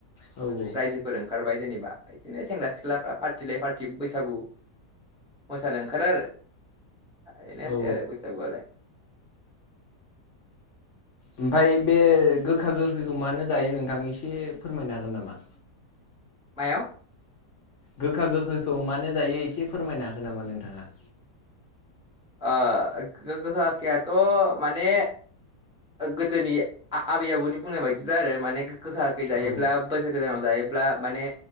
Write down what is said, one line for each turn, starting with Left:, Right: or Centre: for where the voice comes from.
Left: औ औ
Centre: रायजोफोर ओंखारबाय जेनेबा इदिनो सेंग्रा सिख्लाफ्रा पार्टि लायै पार्टि बैसागु मोसानो ओंखारो आरो बेनोसै
Left: औ
Centre: आरो बैसागुआलाय।
Left: ओमफ्राय बे गोखा गोखैखौ मानो जायो नोंथां एसे फोरमायनो हागोन नामा।
Centre: मायाव
Left: गोखा गोखैखौ मानो जायो एसे फोरमायनो हागोन नामा नोंथाङा।
Centre: ओ गोखा गोखैयाथ' माने गोदोनि आबै आबौनि बुंनाय बायदिब्ला आरो माने गोखा गोखै जायोब्ला
Left: औ
Centre: बोसोर गोदानाव जायोब्ला माने